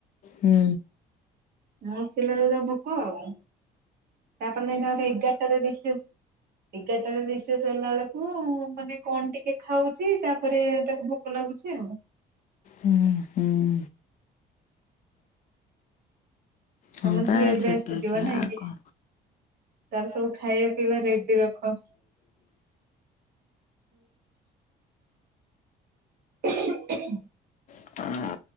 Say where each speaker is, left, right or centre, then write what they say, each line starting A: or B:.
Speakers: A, on the left (about 50°); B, on the right (about 60°).
A: ହୁଁ।
B: ଆଉ ଆସିଲାବେଳେ ଭୋକ ଆଉ ତାପରେ ଏଇନା ଏଗାର୍ ଟାରେ ରିସେସ୍ ଏଗାର୍ ଟାରେ ରିସେସ୍ ହେଲାବେଳକୁ ମାନେ କଣ୍ ଟିକେ ଖାଉଚି ତାପରେ ତାକୁ ଭୋକ ଲାଗୁଚି ଆଉ।
A: ହୁଁ -ହୁଁ। ହଁ
B: ତମ
A: ବା
B: ଝିଅ ଏବେ
A: ଛୋଟ
B: ଆସିଯିବ
A: ଛୁଆ
B: ନାଇଁ
A: ଆଉ
B: କି?
A: କଣ
B: ତାର ସବୁ ଖାଇବା ପିଇବା ରେଡି ରଖ। <inaudible>
A: <inaudible>